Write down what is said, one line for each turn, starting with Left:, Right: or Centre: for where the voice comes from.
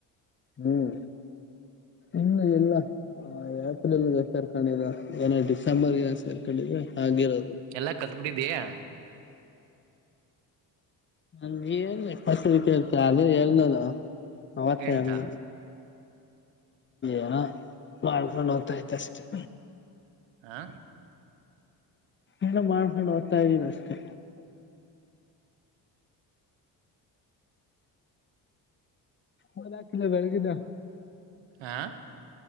Left: ಹ್ಮ್ ಇನ್ನು ಎಲ್ಲಾ ಏಪ್ರಿಲ್ಗೆ ಸರ್ಕೊಂಡಿದ ಏನ ಡಿಸೆಂಬರ್ ಸೇರ್ಕೊಂಡಿದ್ರೆ ಹಗಿರೋದು
Right: ಎಲ್ಲ ಕಲ್ತ್ ಬಿಟ್ಟಿದೀಯಾ
Left: ನಂಗೆ ನ್ ಕಸ ಕೇಳ್ತ ಅದು ಎಲ್ನ ಅವತ್ತ
Right: ಎಂತ
Left: ಅಲ್ಲ ಏನ ಮಾಡ್ಕೊಂಡು ಹೋಗ್ತಾಯ್ತ ಅಷ್ಟೇ
Right: ಆ
Left: ಏನ ಮಾಡ್ಕೊಂಡು ಒತ್ತ ಇದ್ದೀನ ಅಷ್ಟೇ ಹದಾಕಿದ್ದ ಬೆಳಗಿದ್ದ
Right: ಆ